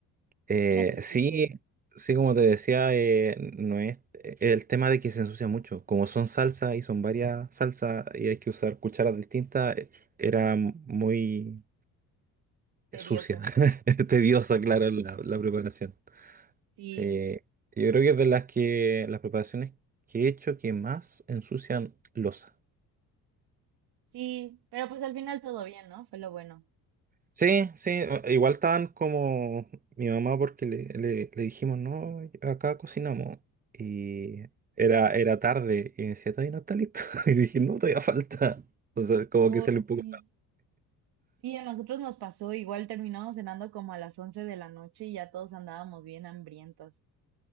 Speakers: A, on the right; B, on the right.
A: Eh,
B: Tiene su chiste,
A: sí, sí, como te decía, eh, no es eh, el tema de que se ensucia mucho. Como son salsa y son varias salsas y hay que usar cucharas distintas, eh, era muy
B: tedioso.
A: sucia, <laughs> tediosa, claro, la, la preparación.
B: Sí,
A: Sí, yo creo que es de las que las preparaciones que he hecho que más ensucian losa.
B: sí, pero pues al final todo bien, ¿no? Fue lo bueno.
A: Sí, sí, eh, igual estaban como mi mamá porque le, le- le dijimos, no, acá cocinamos. Y era, era tarde y me decía, todavía no está listo. <laughs> Y dije, no, todavía falta. Entonces, como
B: Uy,
A: que se le un poco...
B: sí. Sí, a nosotros nos pasó, igual terminamos cenando como a las 11 de la noche y ya todos andábamos bien hambrientos.